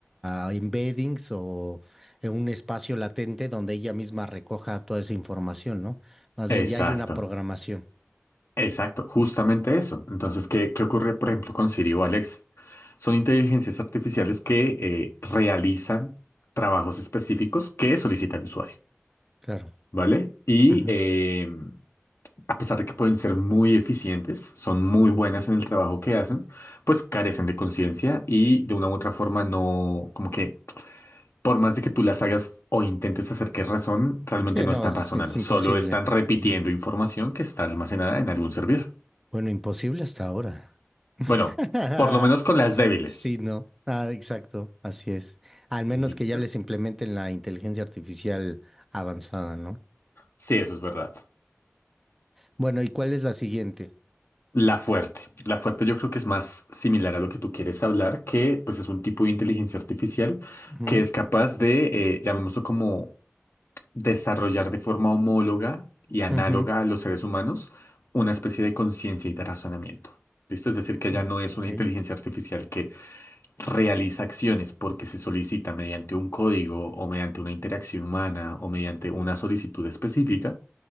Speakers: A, in the centre; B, on the left.
A: a, a embeddings o en un espacio latente donde ella misma recoja toda esa información, ¿no? Más
B: Exacto,
A: bien ya hay una programación.
B: exacto, justamente eso. Entonces, ¿qué, qué ocurre, por ejemplo, con Siri o Alexa? Son inteligencias artificiales que eh, realizan trabajos específica que solicita el usuario,
A: Claro.
B: ¿vale? Y
A: Ujú.
B: eh, a pesar de que pueden ser muy eficientes, son muy buenas en el trabajo que hacen, pues carecen de conciencia y de una u otra forma no, como que por más de que tú las hagas o intentes hacer que razonen, realmente
A: Sí,
B: no
A: no,
B: están
A: es,
B: razonando,
A: es imposible.
B: solo están repitiendo
A: Ujú.
B: información que está almacenada en algún servidor.
A: Bueno, imposible hasta ahora. <laughs>
B: Bueno, por lo menos con las débiles.
A: Sí, no. Ah, exacto, así es. Al menos
B: ¿Listo?
A: que ya les implementen la inteligencia artificial avanzada, ¿no?
B: Sí, eso es verdad.
A: Bueno, ¿y cuál es la siguiente?
B: La fuerte. La fuerte yo creo que es más similar a lo que tú quieres hablar, que pues es un tipo de inteligencia artificial
A: Ujú,
B: que es capaz de, eh, llamémoslo como, desarrollar de forma homóloga y análoga
A: ujú,
B: a los seres humanos una especie de conciencia y de razonamiento. ¿Listo? Es decir,
A: ujú,
B: que ya no es
A: ok,
B: una inteligencia artificial que realiza acciones porque se solicita mediante un código o mediante una interacción humana o mediante una solicitud específica,